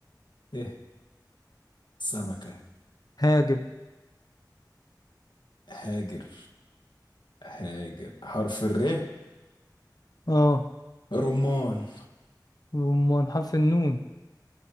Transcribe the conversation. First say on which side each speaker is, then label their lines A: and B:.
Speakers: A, on the left; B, on the left.
A: ه سمكة
B: هاجر
A: هاجر هاجر حرف الر
B: اه
A: رمان
B: وأمال حرف النون